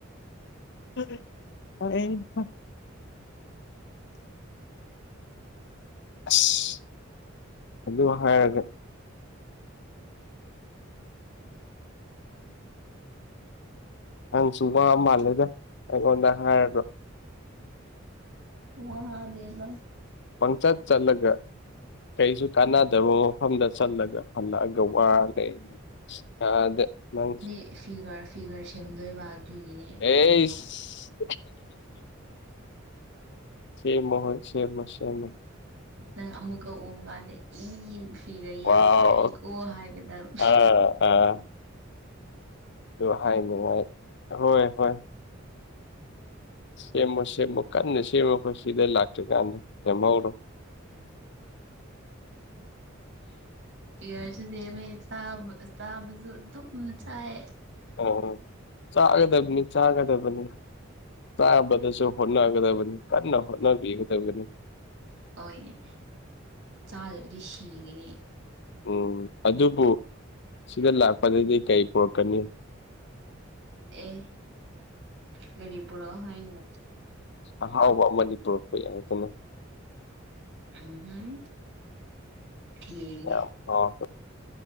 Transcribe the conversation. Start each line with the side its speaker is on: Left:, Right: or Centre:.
Left: <inaudible> ꯑꯁ ꯑꯗꯨꯃꯥꯏ ꯍꯥꯏꯔꯒ ꯅꯪ ꯁꯨ ꯋꯥ ꯃꯥꯜꯂꯦꯗ ꯑꯩꯉꯣꯟꯗ ꯍꯥꯏꯔꯒ
Right: ꯋꯥꯗꯦꯗ
Left: ꯄꯪꯆꯠ ꯆꯠꯂꯒ ꯀꯩꯁꯨ ꯀꯥꯟꯅꯗꯕ ꯃꯐꯝꯗ ꯆꯠꯂꯒ ꯍꯜꯂꯛꯑꯒ ꯋꯥ ꯂꯩ ꯑꯁ ꯑꯥꯗ ꯅꯪꯁꯨ
Right: <inaudible> ꯐꯤꯒꯔ ꯁꯦꯝꯗꯣꯏꯕ ꯑꯗꯨꯒꯤꯅꯦ
Left: ꯑꯩꯁ
Right: ꯀꯔꯤꯅꯣ
Left: ꯁꯦꯝꯃꯣ ꯍꯣꯏ ꯁꯦꯝꯃꯣ ꯁꯦꯝꯃꯣ
Right: ꯅꯪ ꯑꯃꯨꯛꯀ ꯎꯕ ꯀꯥꯟꯗ ꯏ ꯐꯤꯒꯔ ꯌꯥꯝ
Left: ꯋꯥꯎ
Right: ꯇꯥꯏꯀꯣ ꯍꯥꯏꯒꯗꯕ
Left: ꯑꯥ ꯑꯥ ꯑꯗꯨ ꯍꯥꯏꯅꯤꯡꯉꯥꯏ ꯍꯣꯏ ꯍꯣꯏ ꯁꯦꯝꯃꯣ ꯁꯦꯝꯃꯣ ꯀꯟꯅ ꯁꯦꯝꯃꯣꯀꯣ ꯁꯤꯗ ꯂꯥꯛꯇꯔꯤ ꯀꯥꯟꯗ ꯁꯦꯝꯍꯧꯔꯣ
Right: ꯐꯤꯒꯔꯁꯨ ꯁꯤꯝꯃꯦ ꯆꯥꯕ ꯆꯥꯕꯁꯨ ꯑꯗꯨꯝ ꯆꯥꯏ
Left: ꯑꯣ ꯆꯥꯒꯗꯕꯅꯤ ꯆꯥꯒꯗꯕꯅꯤ ꯆꯥꯕꯗꯁꯨ ꯍꯣꯠꯅꯒꯗꯕꯅꯤ ꯀꯟꯅ ꯍꯣꯠꯅꯕꯤꯒꯗꯕꯅꯤ
Right: ꯍꯣꯏꯅꯦ ꯆꯥꯗꯔꯗꯤ ꯁꯤꯒꯤꯅꯤ
Left: ꯎꯝ ꯑꯗꯨꯕꯨ ꯁꯤꯗ ꯂꯥꯛꯄꯗꯗꯤ ꯀꯩ ꯄꯨꯔꯛꯀꯅꯤ
Right: ꯑꯦ ꯀꯔꯤ ꯄꯨꯔꯛꯑꯣ ꯍꯥꯏꯅꯣ
Left: ꯑꯍꯥꯎꯕ ꯑꯃꯗꯤ ꯄꯨꯔꯛꯄ ꯌꯥꯏꯗꯅ
Right: ꯎꯝꯍꯝ ꯌꯦꯡꯒꯦ
Left: ꯌꯥꯝ ꯍꯥꯎꯕ